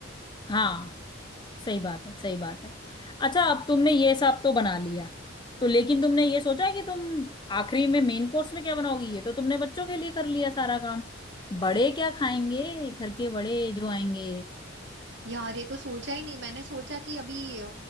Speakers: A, on the left (about 20°); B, on the right (about 60°).
A: हाँ सही बात है सही बात है अच्छा अब तुमने ये सब तो बना लिया तो लेकिन तुमने ये सोचा है कि तुम आखिरी में मेन कोर्स में क्या बनाओगी ये तो तुमने बच्चों के लिए कर लिया सारा काम बड़े क्या खाएंगे घर के बड़े जो आएंगे
B: यार ये तो सोचा ही नहीं मैंने सोचा कि अभी अ,